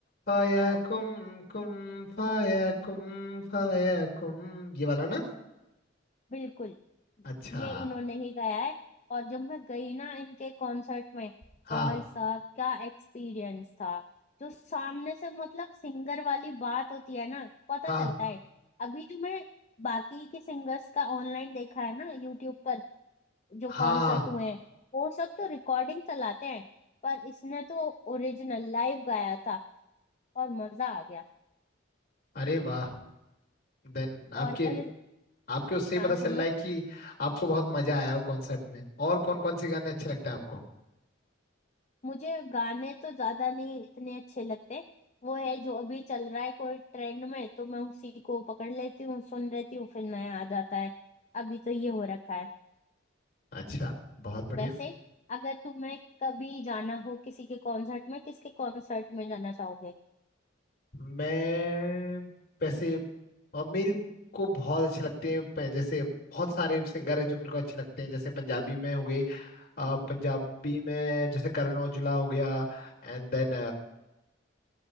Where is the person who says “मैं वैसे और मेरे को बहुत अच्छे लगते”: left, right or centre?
Left